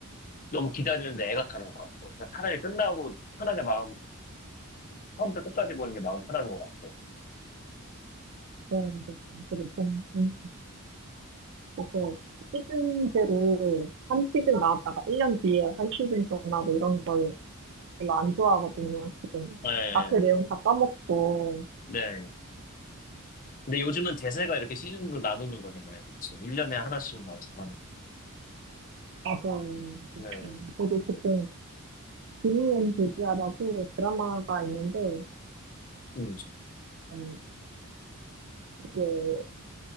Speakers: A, on the left; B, on the right.
A: 너무 기다리는데 애가 타는 것 같고 그냥 차라리 끝나고 편하게 마음 처음부터 끝까지 보는 게 마음 편한 것 같고
B: 네, 네. 그리고 좀, 좀, 그서 시즌제로 한 시즌 나왔다가 1년 뒤에 한 시즌 전하고 이런 걸 별로 안 좋아하거든요, 지금.
A: 네,
B: 앞에 내용 다 까먹고.
A: 네. 근데 요즘은 대세가 이렇게 시즌으로 나누는 거잖아요. 그쵸? 1년에 하나씩 나오는.
B: 맞아요. 그
A: 네.
B: 저도 지금 김희연 교주아라고 드라마가 있는데,
A: 음.
B: 음, 이게